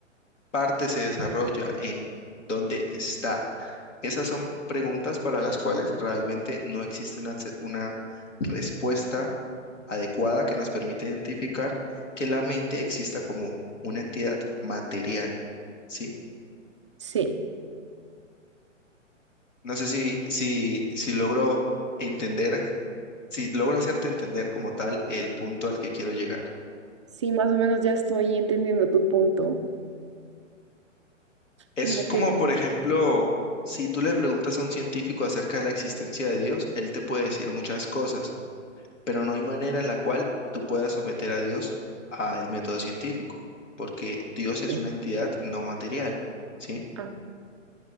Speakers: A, on the left; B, on the right.
A: parte se desarrolla? ¿En dónde está? Esas son preguntas para las cuales realmente no existe una, ce- una respuesta adecuada que nos permite identificar que la mente exista como una entidad material. ¿sí?
B: sí.
A: No sé si, si, si logro entender, si logro hacerte entender como tal el punto al que quiero llegar.
B: Sí, más o menos ya estoy entendiendo tu punto.
A: Es
B: Como
A: como,
B: que
A: por ejemplo, si tú le preguntas a un científico acerca de la existencia de Dios, él te puede decir muchas cosas, pero no hay manera en la cual tú puedas someter a Dios al método científico, porque Dios es
B: Sí.
A: una entidad no material, ¿sí?
B: Ah,